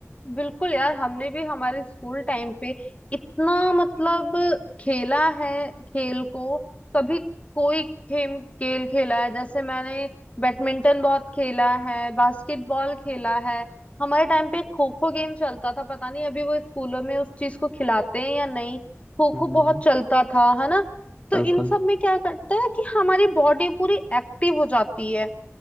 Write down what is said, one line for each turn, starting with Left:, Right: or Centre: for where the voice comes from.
Left: बिल्कुल यार हमने भी हमारे स्कूल टाइम पे इतना मतलब खेला है खेल को कभी कोई खेम खेल खेला है जैसे मैंने बैडमिंटन बहुत खेला है बास्केटबॉल खेला है हमारे टाइम पे खो खो गेम चलता था पता नहीं अभी वो स्कूलों में उस चीज को खिलाते हैं या नहीं खो
Centre: हम्म
Left: खो
Centre: हम्म,
Left: बहुत चलता था है ना तो
Centre: बिल्कुल
Left: इन सब में क्या करता है कि हमारी बॉडी पूरी एक्टिव हो जाती है